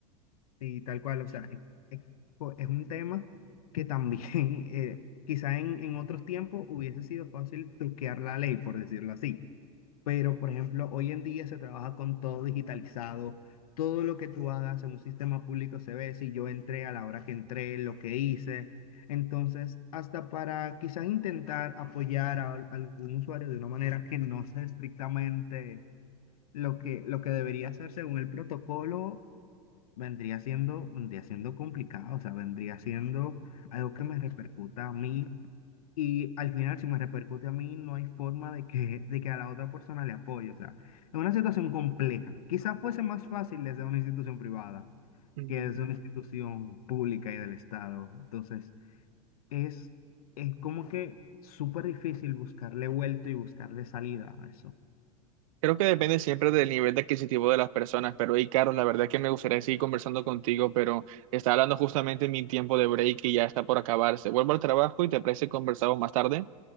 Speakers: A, on the left; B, on the right.
A: y tal cual. O sea, es, es- es un tema que también <laughs> eh, quizá en, en otros tiempos hubiese sido fácil truquear la ley, por decirlo así Pero, por ejemplo, hoy en día se trabaja con todo digitalizado. Todo lo que tú hagas en un sistema público se ve si yo entré a la hora que entré, lo que hice. Entonces, hasta para quizás intentar apoyar a, al- algún usuario de una manera que no sea estrictamente lo que, lo que debería hacer según el protocolo, vendría siendo, vendría siendo complicado. O sea, vendría siendo algo que me repercuta a mí y al final, si me repercute a mí, no hay forma de que, de que a la otra persona le apoye. O sea, es una situación compleja. Quizás fuese más fácil desde una institución privada
B: Mm,
A: que desde una institución pública y del Estado. Entonces, es, es como que súper difícil buscarle vuelto y buscarle salida a eso.
B: Creo que depende siempre del nivel de adquisitivo de las personas, pero hey, Carlos, la verdad es que me gustaría seguir conversando contigo, pero está hablando justamente mi tiempo de break y ya está por acabarse. Vuelvo al trabajo y te parece que conversamos más tarde.